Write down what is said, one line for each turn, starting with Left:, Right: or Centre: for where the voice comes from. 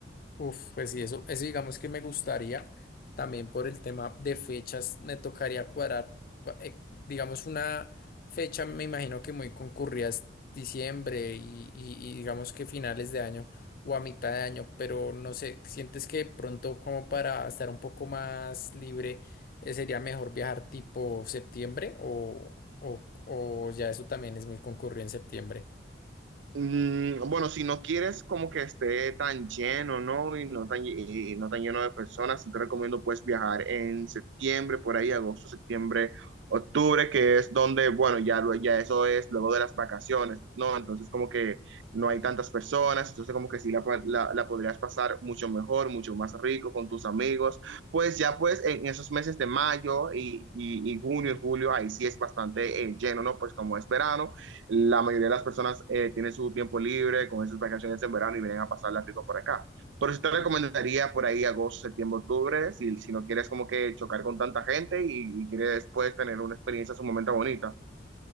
Left: Uf, pues sí, eso, eso digamos que me gustaría también por el tema de fechas, me tocaría cuadrar, pa- eh, digamos, una fecha, me imagino que muy concurrida es diciembre y, y- y digamos que finales de año o a mitad de año, pero no sé, ¿sientes que pronto como para estar un poco más libre, eh, sería mejor viajar tipo septiembre o, o, o ya eso también es muy concurrido en septiembre?
Right: Mm, bueno, si no quieres como que esté tan lleno, ¿no? Y no tan, y no tan lleno de personas, sí te recomiendo pues viajar en septiembre, por ahí, agosto, septiembre, octubre, que es donde, bueno, ya, lo- ya eso es luego de las vacaciones, ¿no? Entonces como que no hay tantas personas, entonces como que sí la, pa- la, la podrías pasar mucho mejor, mucho más rico con tus amigos. Pues ya pues en esos meses de mayo y, y, y junio y julio, ahí sí es bastante eh, lleno, ¿no? Pues como es verano. La mayoría de las personas eh, tienen su tiempo libre con esas vacaciones en verano y vienen a pasarla rico por acá. por eso te recomendaría por ahí agosto, septiembre, octubre, si, si no quieres como que chocar con tanta gente y, y quieres después tener una experiencia sumamente bonita.